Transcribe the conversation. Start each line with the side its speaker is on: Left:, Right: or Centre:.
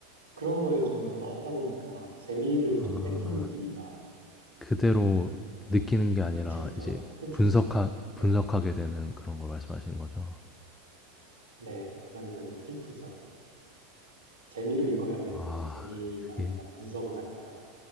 Right: 그런 걸 좀 더 하다 보니까 재미를
Left: 아,
Right: 좀 뺏긴 느낌이라.
Left: 그대로
Right: 네. 좀
Left: 느끼는 게 아니라
Right: 슬프죠.
Left: 이제
Right: 슬프죠.
Left: 분석하
Right: 네.
Left: 분석하게 되는 그런 걸 말씀하시는 거죠.
Right: 네. 그러니까 좀 슬프죠. 재미로 읽어야 되는데
Left: 아,
Right: 재미가
Left: 그게
Right: 아니라 분석을 하니까.